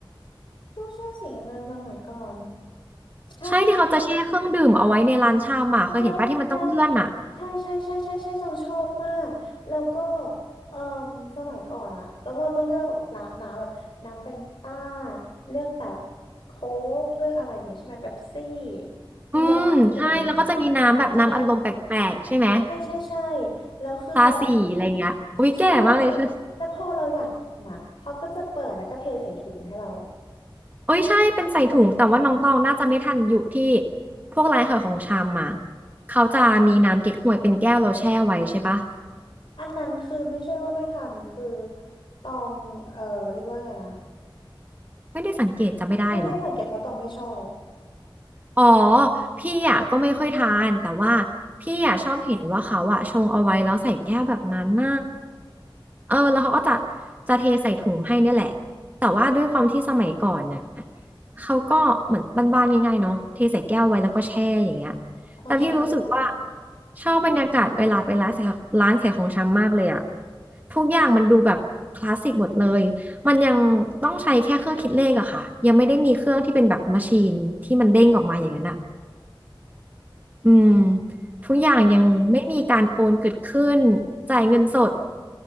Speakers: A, on the left (about 65°); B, on the right (about 20°).
A: ตู้แช่สีเงินสมัยก่อนใช่
B: ใช่ที่เขาจะแช่เครื่องดื่มเอาไว้ในร้านชำอ่ะเคยเห็นป้าที่มันต้องเลื่อนอ่ะ
A: แล้วแล้วใช่ใช่ใช่ใช่ใช่ต้องชอบมากแล้วก็เอ่อสมัยก่อนอะแล้วเราต้องเลือกแบบร้านน้ำแบบน้ำแฟนต้าเลือกแบบโค้กเลือกอะไรอย่างงี้ใช่ไหมเป๊ปซี่
B: อืมใช่แล้วก็จะมีน้ำแบบน้ำอัดลมแปลกๆใช่ไหม
A: มันจะตั้งอยู่ในน้ำกาแฟใช่ใช่ใช่แล้วคือตอนอะ
B: ตาสีอะไรอย่างเงี้ยโอ้ยแก่มากเลยใช่
A: ใช่แล้วพอแล้วพอเราอยากกินอะเขาก็จะเปิดแล้วก็เทใส่ถุงให้เรา
B: โอ้ยใช่เป็นใส่ถุงแต่ว่าน้องตองน่าจะไม่ทันยุคที่พวกร้านขายของชำมาเขาจะมีน้ำเก๊กฮวยเป็นแก้วเราแช่ไว้ใช่ปะ
A: อันนั้นคือไม่ใช่ว่าไม่ทันคือตองเออเรียกว่าไงนะ
B: ไม่ได้สังเกตจำไม่ได้เหรอ
A: ไม่ได้สังเกตเพราะตองไม่ชอบ
B: อ๋อพี่อ่ะก็ไม่ค่อยทานแต่ว่าพี่อ่ะชอบเห็นว่าเขาอ่ะชงเอาไว้แล้วใส่แก้วแบบนั้นน่ะเออแล้วเขาก็จะจะเทใส่ถุงให้เนี่ยแหละแต่ว่าด้วยความที่สมัยก่อนน่ะเขาก็เหมือนบ้านๆง่ายๆเนาะเทใส่แก้วไว้แล้วก็แช่อย่างเงี้ย
A: เออใช่ใช่ใช่
B: แต่พี่รู้สึกว่าชอบบรรยากาศเวลาไปร้านขายร้านขายของชำมากเลยอ่ะทุกอย่างมันดูแบบคลาสสิกหมดเลย มันยังต้องใช้แค่เครื่องคิดเลขอะค่ะยังไม่ได้มีเครื่องที่เป็นแบบมาชีนที่มันเด้งออกมาอย่างนั้นอะอืมทุกอย่างยังไม่มีการโอนเกิดขึ้นจ่ายเงินสด
A: อืม